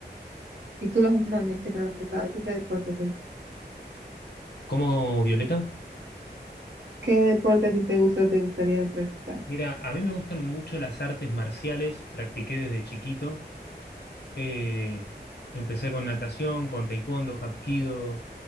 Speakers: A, on the right; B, on the left.
A: Y tú las, no, me dijiste que no las has intentado. ¿Y tú qué deporte, te-
B: ¿Cómo, Violeta?
A: qué deporte a ti te gusta o te gustaría practicar?
B: Mira, a mí me gustan mucho las artes marciales, practiqué desde chiquito. Eh, empecé con natación, con taekwondo, hapkido,